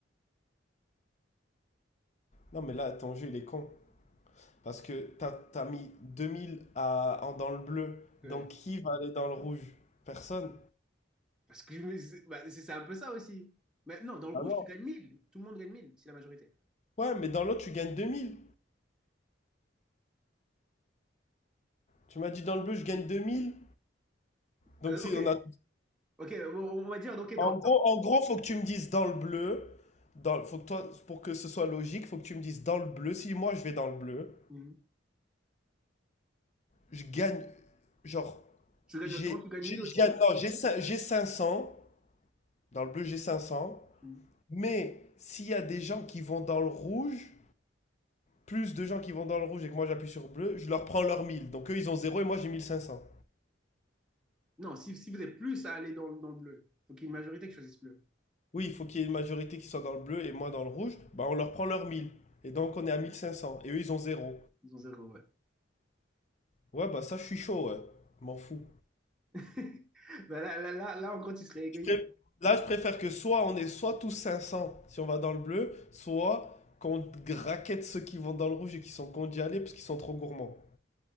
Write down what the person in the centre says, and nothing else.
Ouais.
parce que je me- c'est bah, c'est- c'est un peu ça aussi. Mais non, dans le
rouge,
tu gagnes 1000. Tout le monde gagne 1000. c'est la majorité.
Euh,
ok,
ok, bon, on va dire, ok,
dans,
Mhm.
tu gagnes
autant, tu gagnes
1000
aussi.
Mhm.
Non, si, si vous êtes plus à aller dans, dans le bleu, faut qu'il y ait une majorité qui choisisse bleu.
Ils ont zéro, ouais.
<laughs> Bah, là, là, là, là, en gros, tu serais égoïste.